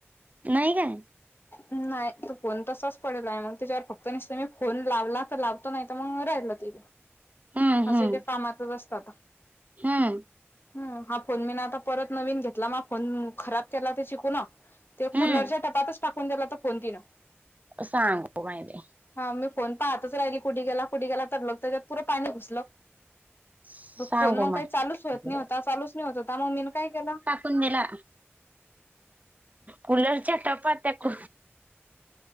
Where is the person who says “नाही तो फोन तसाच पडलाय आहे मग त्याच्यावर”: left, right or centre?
Left